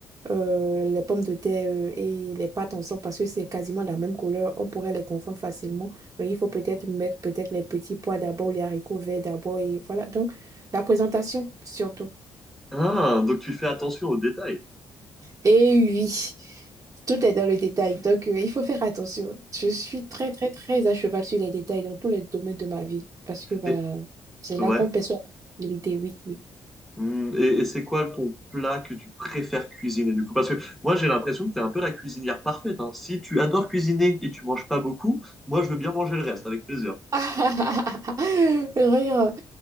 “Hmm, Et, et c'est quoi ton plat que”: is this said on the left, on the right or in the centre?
Centre